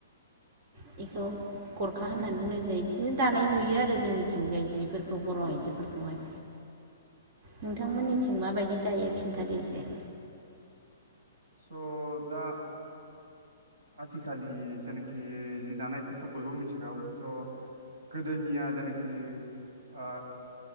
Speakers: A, on the right; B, on the right.
A: बेखौ गरखा
B: उम
A: होननानै बुंनाय जायो। बिदिनो दानाय नुयो
B: उम
A: आरो जोंनिथिंजाय जिफोर खौ बर'
B: उम
A: आइजोफोरखौहाय। नोंथांमोननिथिं माबायदि दायो खिन्थादो एसे।
B: स' दा आथिखालनि जेनाखि जि दानायखौथ' बयबो मिथिखागौ। स' गोदोनिया जेनाखि ओ